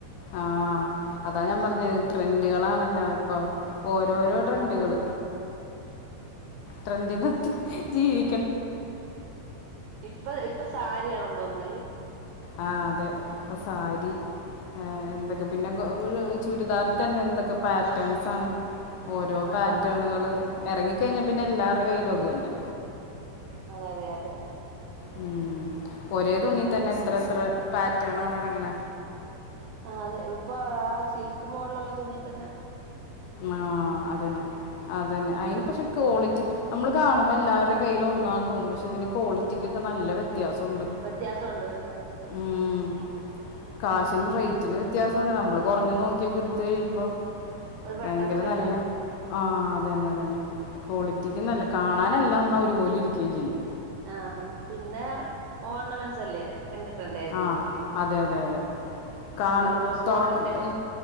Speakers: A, on the left (about 75°); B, on the right (about 80°).
A: ആഹ് അതാ ഞാൻ പറഞ്ഞത് ട്രെൻഡുകളാണല്ലോ ഇപ്പൊ. ഓരോരോ
B: അതാണ്
A: ട്രെൻഡുകള് ട്രെൻഡിനത്ത് ജീവി
B: ഇപ്പ ഇപ്പൊ സാരിയാണോ തോന്നുന്നല്ലേ?
A: ആ അതെ പ്പൊ സാരി ഏഹ് എന്തൊക്കെ പിന്നെ ഒരു ചുരിദാർ തന്നെ എന്തൊക്കെ പാറ്റേൺസാണ്. ഓരോ
B: അതാ
A: പാറ്റേണുകള് ഇറങ്ങികഴിഞ്ഞ പിന്നെ എല്ലാവരുടെ കയ്യിലും അതു തന്നെ.
B: അതെ അതെ അത് തന്നെ.
A: ഉം ഒരേ തുണി തന്നെ എത്ര എത്ര പാറ്റേണാണ് ഇറങ്ങണെ.
B: ആ അതെ ഇപ്പൊ ആ സിൽക്ക് മോഡലുള്ള തുണീതന്നെ
A: ആഹ് അതന്നെ അ അതന്നെ അയിന് പക്ഷെ ക്വാളിറ്റി നമ്മൾ കാണുമ്പോ എല്ലാവരുടെ കയ്യിലും ഒന്നാന്ന് തോന്നും. പക്ഷേതിന്റെ ക്വാളിറ്റിക്കൊക്കെ നല്ല വ്യത്യ വ്യത്യാസുണ്ട്
B: വ്യത്യാസമുണ്ട് വ്യത്യാസമുണ്ട്
A: ഉം. കാശിന് റേറ്റിന് വ്യത്യാസുണ്ട് നമ്മള് കൊറഞ്ഞ നോക്കിയൊക്കെ എടുത്ത് കഴിയുമ്പം
B: അത് പെട്ടെന്ന്
A: ഭയങ്കര
B: പന്നായ
A: നല്ല
B: പോലെ
A: ആഹ് അതന്നെ അതന്നെ. ക്വാളിറ്റിക്ക് നല്ല കാണാനെല്ലാംന്നാ ഒരുപോലെ ഇരിക്കുകയും ചെയ്യും.
B: ആഹ് പിന്നെ ഓർണമെന്റ്സ് അല്ലേ? പിന്നെ ട്രെൻഡ് ആയി നിൽക്കുന്ന
A: ആഹ് അതെ അതെ അതെ കാണ്
B: റോസ് ഗോൾഡിന്റെ
A: തൊറക്ക്